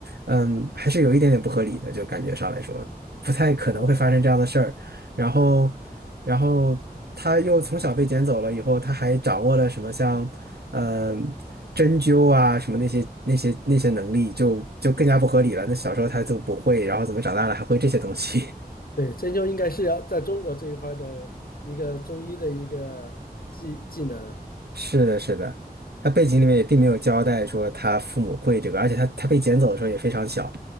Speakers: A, on the right (about 80°); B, on the left (about 65°).
A: 嗯，还是有一点点不合理的，就感觉上来说，不太可能会发生这样的事儿。
B: 哦，
A: 然后，然后他又从小被捡走了以后，他还掌握了什么像，嗯、针灸啊什么那些那些那些能力就，就更加不合理了。那小时候他就不会，然后怎么长大了还会这些东西？
B: 对，针灸应该是要在中国这一块儿的一个中医的一个技技能。
A: 是的，是的，他背景里面也并没有交代说他父母会这个，而且他他被捡走的时候也非常小，